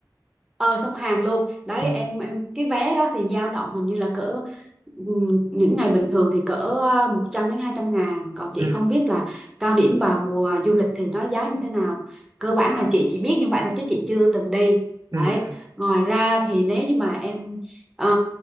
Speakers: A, in the centre; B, on the right.
A: ờ sông Hàn luôn đấy
B: ừ
A: em em cái vé đó thì dao động hình như là cỡ ừm, những ngày bình thường thì cỡ ờ, một trăm đến hai trăm ngàn còn chị
B: ừ
A: không biết là cao điểm vào mùa du lịch thì nó giá như thế nào cơ bản là chị chỉ biết như vậy thôi chứ chị chưa từng đi đấy
B: ừ
A: ngoài ra thì nếu như mà em ờ,